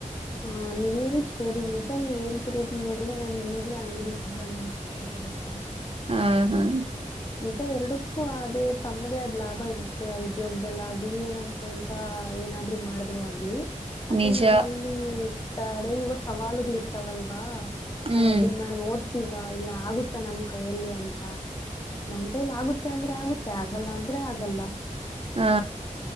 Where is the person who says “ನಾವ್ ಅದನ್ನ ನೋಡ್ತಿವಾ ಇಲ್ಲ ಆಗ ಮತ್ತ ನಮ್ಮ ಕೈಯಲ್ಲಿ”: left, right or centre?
Left